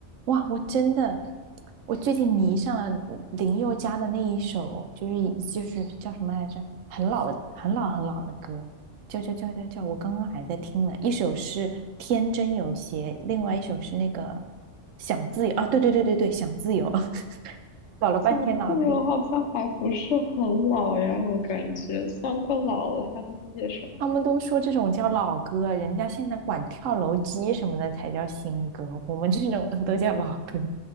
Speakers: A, on the right (about 85°); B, on the left (about 65°).
A: 哇，我真的，我最近迷上了嗯林宥嘉的那一首，就是一就是叫什么来着？很老的很老很老的歌，叫叫叫叫叫，我刚刚还在听呢。一首是《天真有邪》，另外一首是那个《想自由》啊，对对对对对，《想自由》<laughs> 搞了半天脑子里，
B: 想自由好像还不是很老呀，我感觉像然老了，他的那些什么，
A: 他们都说这种叫老歌，人家现在管跳楼机什么的才叫新歌，我们这种 <laughs> 都叫老歌。